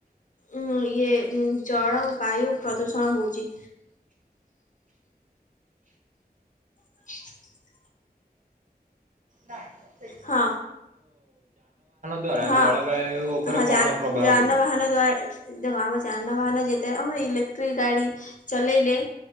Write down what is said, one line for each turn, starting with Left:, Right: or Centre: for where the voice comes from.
Left: ଉଁ ଇଏ ଉଁ ଜଳ ବାୟୁ ପ୍ରଦୂଷଣ ହୋଉଛି। <unintelligible>
Right: ନାଇଁ ମ ସେଇ
Left: ହଁ
Right: ଦ୍ଵାରା
Left: ହଁ
Right: ଜଳବାୟୁ ଉପରେ
Left: ହଁ
Right: କଣ
Left: ଯା
Right: ପ୍ରଭାବ
Left: ଯାନବାହାନ
Right: ପଡୁଛି?
Left: ଦ୍ଵାରା ଦେଖ ଆମ ଯାନବାହାନ ଯେତେ ଆମର ଇଲେକ୍ଟ୍ରିକ ଗାଡ଼ି ଚଲେଇଲେ